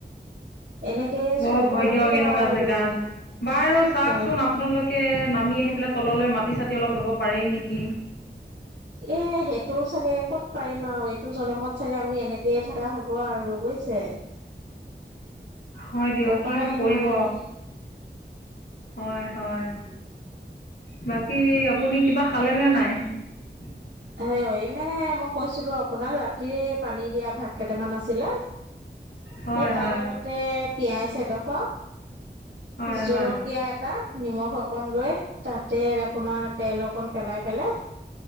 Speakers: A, on the right (about 90°); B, on the left (about 70°).
A: এনেকে
B: বৰ
A: চলিব
B: ভয়
A: লাগিব
B: দিয়ক এনেকুৱা
A: আৰু।
B: জেগাত। বাৰু চাওকচোন
A: হয়
B: আপোনালোকে নামি আহি পেলাই তললৈ মাটি চাতি অলপ লব। পাৰেই নেকি।
A: এ সেইটোও চাগে। ক'ত পাৰিম আৰু এইটো জনমত চাগে আমি এনেকয়ে থকা হ'ব আৰু বুজিছে।
B: হয় দিয়ক
A: উপায়
B: কিনো কৰিব।
A: নাই
B: হয় হয়। বাকী আপুনি কিবা খালেনে নে নাই? <unintelligible>
A: সেয়ই মানে মই কৈছিলো আপোনাক ৰাতিৰে পানী দিয়া ভাত। কেইটামান আছিলে
B: হয়,
A: এই তাৰ
B: হয়,
A: লগতে পিঁয়াজ এডখ
B: হয়,
A: জলকীয়া
B: হয়,
A: এটা নিমখ অকন লৈ তাতে আপোনাৰ তেল অকণ পেলাই পেলে।